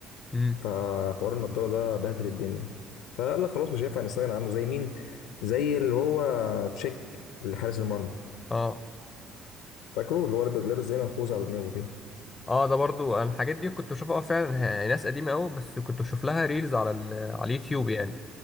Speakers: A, on the left; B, on the left.
A: امم
B: فحوار النضاره ده بهدل الدنيا فقال لك خلاص مش هينفع نستغنى عنه زي مين زي اللي هو تشيك اللي حارس المرمى
A: اه
B: فاكره اللي هو لاب- لابس زي منخوذ على دماغه كده
A: اه ده برضو أنا الحاجات دي كنت بشوفها اه فعلا ه- ناس قديمة قوي بس كنت بشوف لها ريلز على ال... على اليوتيوب يعني